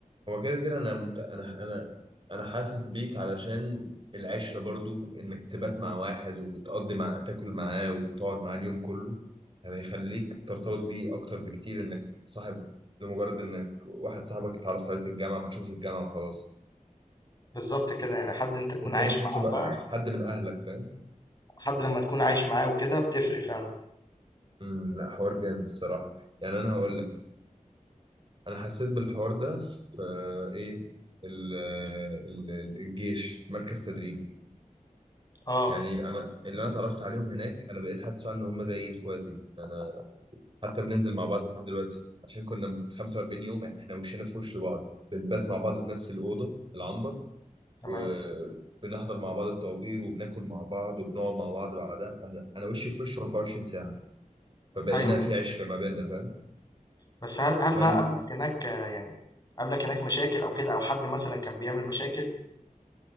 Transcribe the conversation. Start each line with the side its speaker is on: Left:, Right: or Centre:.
Right: هو كده كده انا مت... انا انا انا حاسس بيك علشان العشره برضو انك تبات مع واحد وتقضي مع تاكل معاه وتقعد معاه اليوم كله يعني هيخليك ترتبط بيه اكتر بكتير انك صاحب لمجرد انك واحد صاحبك اتعرفت عليه في الجامعه بتشوفه في الجامعه وخلاص
Left: بالظبط كده يعني حد أنت تكون
Right: التاني
Left: عايش
Right: تحسه
Left: معاه
Right: بقى
Left: بقى
Right: حد من اهلك فاهم
Left: حد لما تكون عايش معاه وكده بتفرق فعلا
Right: امم لا حوار جامد الصراحه يعني انا هقول لك انا حسيت بالحوار ده في آه، ايه ال- ال- ال- الجيش مركز تدريب
Left: اه
Right: يعني انا اللي انا اتعرفت عليهم هناك انا بقيت حاسس فعلا ان هم زي اخواتي انا حتى بننزل مع بعض لحد دلوقتي عشان كنا 45 يوم احنا وشنا في وش بعض بنبات مع بعض في نفس الاوضه العنبر
Left: تمام
Right: وبنحضر مع بعض الطوابير وبناكل مع بعض وبنقعد مع بعض بعدها فاحنا انا وشي في وشه 24 ساعه فبقينا
Left: أيوه أيوه
Right: في عشره ما بيننا فاهم
Left: بس هل هل
Right: من
Left: بقى قابلك هناك آه، يعني قابلك هناك مشاكل أو كده أو حد مثلا كان بيعمل مشاكل